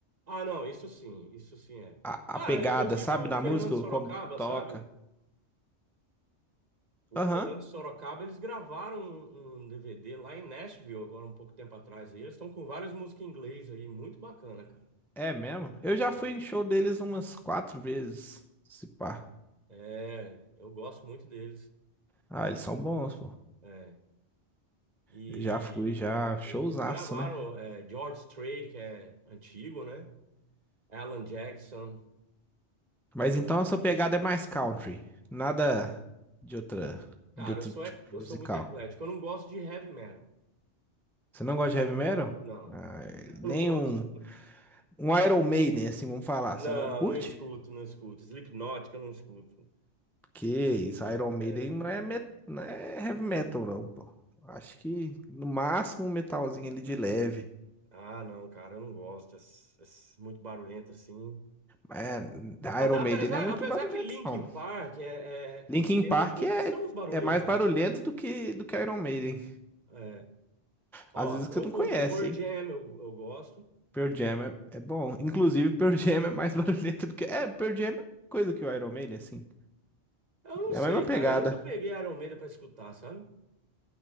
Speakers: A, on the right; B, in the centre.
A: Ah, não, isso sim, isso sim é.
B: A,
A: Cara,
B: a pegada,
A: inclusive
B: sabe,
A: o
B: na
A: Fernando
B: música,
A: Sorocaba,
B: como que toca.
A: sabe? O
B: Aham,
A: Fernando Sorocaba, eles gravaram um, um DVD lá em Nashville, agora um pouco tempo atrás. E eles estão com várias músicas em inglês aí, muito bacana, cara.
B: é mesmo. Eu já
A: cara?
B: fui em show deles umas quatro vezes, se pá.
A: É, eu gosto muito deles.
B: Ah, eles são bons, pô.
A: É. E
B: Eu já fui, já.
A: aí
B: Showzaço,
A: eles gravaram
B: né?
A: é, George Strait, que é antigo, né? Alan Jackson.
B: Mas então a sua pegada é mais country. Nada de outra,
A: Cara,
B: de outro
A: eu sou,
B: tipo
A: ec-
B: de
A: eu
B: musical.
A: sou muito eclético. Eu não gosto de heavy metal.
B: Você não gosta de heavy metal?
A: Não,
B: Ah, nem
A: eu não gosto.
B: um, um Iron Maiden, assim, vamos falar.
A: Não,
B: Você não curte?
A: não escuto, não escuto. Slipknot, que eu não escuto.
B: Que isso, Iron Maiden
A: É.
B: não é, met, não é heavy metal, não, pô. Acho que no máximo um metalzinho ali de leve.
A: Ah, não, cara, eu não gosto. É, s- é s- muito barulhento assim.
B: É,
A: Até-
B: Iron
A: apesar,
B: Maiden não é muito
A: apesar
B: barulhento,
A: que Linkin
B: não.
A: Park é,
B: Linkin
A: é- tem
B: Park
A: umas músicas
B: é,
A: que são uns barulhentas,
B: é mais barulhento
A: né?
B: do que, do que Iron Maiden.
A: É. Ó,
B: Às vezes que você
A: eu
B: não
A: curto
B: conhece,
A: Pearl
B: hein?
A: Jam, eu, eu gosto.
B: Pearl Jam é, é bom. Inclusive, Pearl Jam é mais <laughs> barulhento do que. É, Pearl Jam é coisa que o Iron Maiden, assim.
A: Eu não
B: É
A: sei,
B: a mesma pegada.
A: cara, eu nunca peguei Iron Maiden pra escutar, sabe?